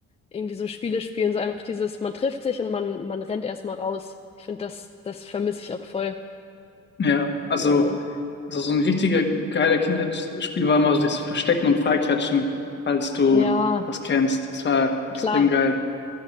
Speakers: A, on the left; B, on the left.
A: irgendwie so Spiele spielen, so einfach dieses, man trifft sich und man, man rennt erstmal raus. Ich finde, das, das vermisse ich auch voll.
B: Ja, also,
A: Also,
B: also so ein richtiger geiler Kindheitsspiel war immer so dieses Verstecken und Freiklatschen, falls du
A: ja,
B: das kennst. Das war extrem
A: klar,
B: geil.